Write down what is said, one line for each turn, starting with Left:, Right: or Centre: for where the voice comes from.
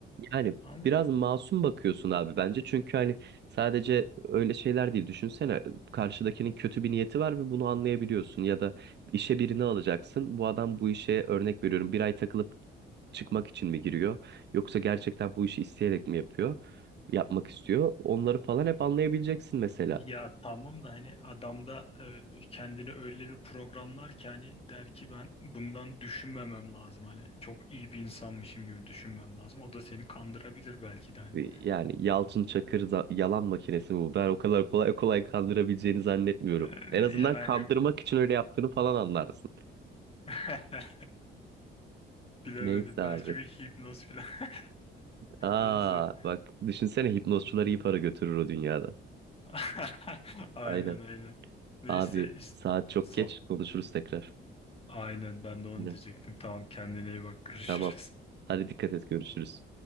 Right: Yani
Left: Ama
Right: biraz masum bakıyorsun abi bence. Çünkü hani sadece öyle şeyler değil. Düşünsene karşıdakinin kötü bir niyeti var ve bunu anlayabiliyorsun. Ya da işe birini alacaksın. Bu adam bu işe örnek veriyorum bir ay takılıp çıkmak için mi giriyor? Yoksa gerçekten bu işi isteyerek mi yapıyor? Yapmak istiyor. Onları falan hep anlayabileceksin mesela.
Left: Ya tamam da hani adam da e, kendini öyle bir programlar ki hani der ki ben bundan düşünmemem lazım hani çok iyi bir insanmışım gibi düşünmem lazım. O da seni kandırabilir belki de hani.
Right: Ee, Yani Yalçın Çakır za- yalan makinesi mi bu? Ben o kadar kolay kolay kandırabileceğini zannetmiyorum.
Left: E,
Right: En azından
Left: yani
Right: kandırmak için öyle yaptığını falan anlarsın.
Left: <laughs> bilemedim
Right: Neyse
Left: belki
Right: abi.
Left: bir hipnoz falan. <laughs>
Right: Aa
Left: Neyse.
Right: bak düşünsene hipnozcuları iyi para götürür o dünyada.
Left: <laughs> Aynen
Right: Aynen.
Left: aynen. Neyse
Right: Abi
Left: is-
Right: saat çok
Left: so-
Right: geç konuşuruz tekrar.
Left: aynen ben de onu
Right: Aynen.
Left: diyecektim. Tamam kendine iyi bak <laughs> görüşürüz.
Right: Tamam. Hadi dikkat et görüşürüz.